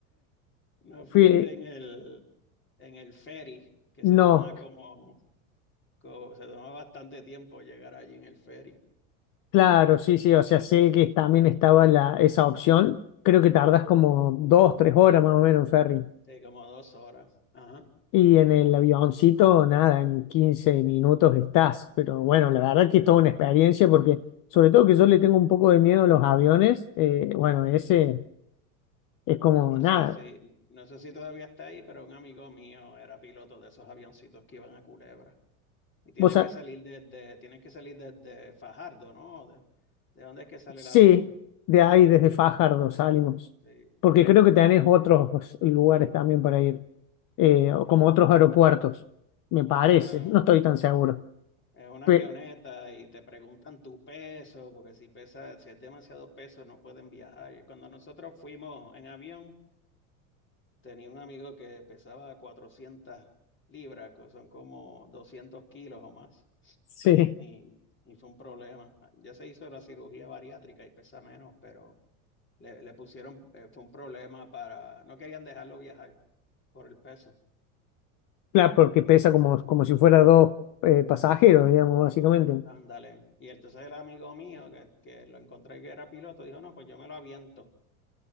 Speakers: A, on the left; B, on the left.
A: No fuiste
B: fui,
A: en el, en el ferry, que
B: no,
A: se toma como, como- se toma bastante tiempo llegar allí en el ferry.
B: claro, sí, sí, o sea, sé que también estaba la, esa opción. Creo que tardas como dos, tres horas más o menos en ferry.
A: Sí, como dos horas. Ajá.
B: Y en el avioncito, nada, en 15 minutos estás. Pero bueno, la verdad que es toda una experiencia porque, sobre todo que yo le tengo un poco de miedo a los aviones, eh, bueno, ese es como
A: No
B: nada.
A: sé si, no sé si todavía está ahí, pero un amigo mío era piloto de esos avioncitos que iban a Culebra. Y tienes
B: Vos sa-
A: que salir desde, tienes que salir desde Fajardo, ¿no? ¿De, de dónde es que sale
B: sí,
A: el avión?
B: de ahí desde Fajardo salimos.
A: Sí.
B: Porque creo que tenés otros lugares también para ir, eh, o como otros aeropuertos, me parece.
A: Sí, no,
B: No estoy tan seguro.
A: es una
B: Pe-
A: avioneta y te preguntan tu peso, porque si pesa, si es demasiado peso no pueden viajar. Y cuando nosotros fuimos en avión, tenía un amigo que pesaba cuatrocientas libras, que son como 200 kilos o más.
B: sí,
A: y, y fue un problema. Ya se hizo la cirugía bariátrica y pesa menos, pero le, le pusieron, eh, fue un problema para, no querían dejarlo viajar por el peso.
B: claro, porque pesa como, como si fuera dos eh, pasajeros, digamos, básicamente.
A: Ándale. Y entonces el amigo mío que, que lo encontré que era piloto dijo, no, pues yo me lo aviento.